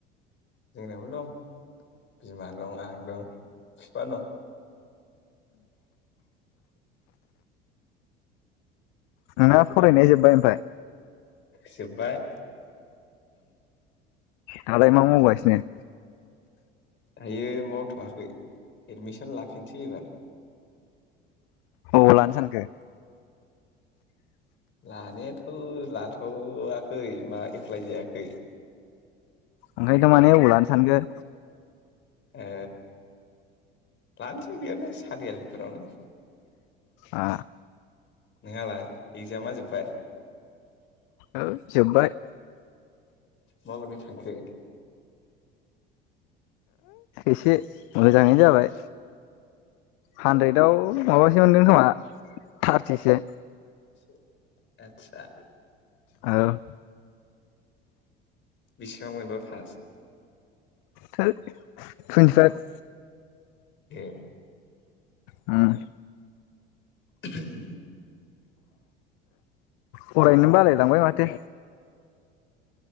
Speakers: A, on the left (about 40°); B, on the left (about 55°).
A: जोंनाबो दं बिमा दं आं दं फिफा दं
B: नोंना फरायनाया जोब्बाय ओमफ्राय
A: सिबाय
B: दालाय मा मावगासिनो?
A: दायो मावथ'वाखै एडमिसन लाफिनसै एबार
B: अबाव लानो सानखो?
A: लानायाथ' लाथ'वाखै मा एप्लाइ जायाखै।
B: ओंखायनोथ' माने अबाव लानो सानखो?
A: ओ लानोसै बेयावनो सारियालिफोरावनो।
B: आ
A: नोंहालाय इगजामा जोबबाय?
B: औ जोबबाय
A: माबादि थांखो?
B: एसे मोजाङैनो जाबाय हानद्रेदाव माबा जोंदों खोमा थारथिसे
A: <inaudible> आतसा
B: औ
A: बिसेबां मोनबा फास?
B: टोट टुइन्टिफाइभ
A: ए
B: उम
A: <unintelligible>
B: फरायनो बालायलांबाय माथो